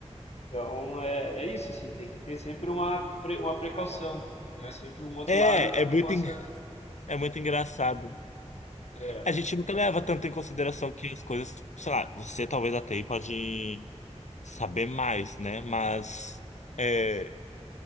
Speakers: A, on the left; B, on the left.
A: Então, é, é isso, assim, tem que ter sempre uma, pre- uma precaução, né? Sempre um outro
B: É,
A: lado que tu
B: é muito,
A: possa,
B: en- é muito engraçado.
A: é,
B: A gente nunca leva tanto em consideração que as coisas, sei lá, você talvez até aí pode saber mais, né? Mas é,